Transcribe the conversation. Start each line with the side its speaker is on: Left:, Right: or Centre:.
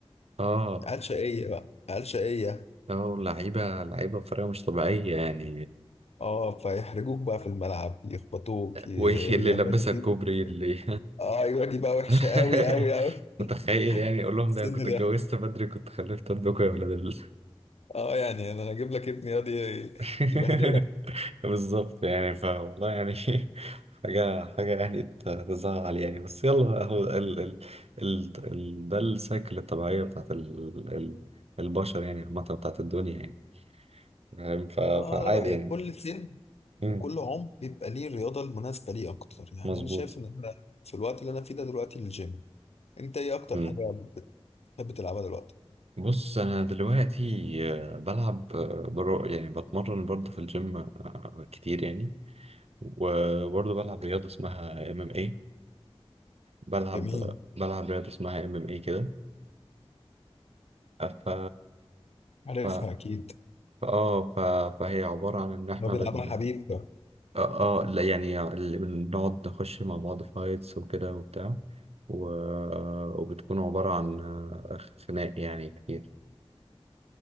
Right: اه
Left: عيال شقيه بقى عيال شقيه
Right: اه لعيبه لعيبه بطريقه مش طبيعيه يعني
Left: اه فيحرجوك بقى في الملعب يخبطوك ي-
Right: واللي
Left: يعملوا
Right: لبسها الكوبري اللي
Left: اه ايوه دي بقى وحشه
Right: <laughs>
Left: قوي قوي قوي
Right: متخيل يعني
Left: <laughs>
Right: اقول لهم
Left: السن
Right: ده انا كنت
Left: ده
Right: اتجوزت بدري كنت خلفت عندكم يا ولاد ال
Left: اه يعني انا اجيب لك ابني يقعد ي-
Right: <laughs>
Left: يبهدلك
Right: بالظبط يعني فوالله يعني <laughs> حاجة حاجة يعني ت- تزعل يعني بس يلا بقى هو ال ال ال ال ده السايكل الطبيعية بتاعت ال ال البشر يعني عامة بتاعت الدنيا يعني فاهم؟ ف-
Left: اه
Right: فعادي
Left: انا رايي
Right: يعني
Left: كل سن
Right: مم.
Left: وكل عمر بيبقى ليه الرياضه المناسبه ليه اكتر يعني
Right: مظبوط
Left: انا شايف ان انا في الوقت اللي انا فيه ده دلوقتي الجيم انت ايه اكتر
Right: مم.
Left: حاجه بتحب تلعبها دلوقتي
Right: بص أنا دلوقتي آه، بلعب آه، برو يعني بتمرن برضه في الجيم آه، كتير يعني وبرضه بلعب رياضة اسمها ام ام اي بلعب
Left: جميل
Right: بلعب رياضة اسمها ام ام اي كده ف
Left: عارفها
Right: ف
Left: اكيد
Right: اه ف... فهي عبارة عن إن إحنا
Left: لو بيلعبها
Right: بن
Left: حبيب
Right: اه آه، لا يعني اللي بنقعد نخش مع بعض فايتس وكده وبتاع و... وبتكون عبارة عن خناق يعني كتير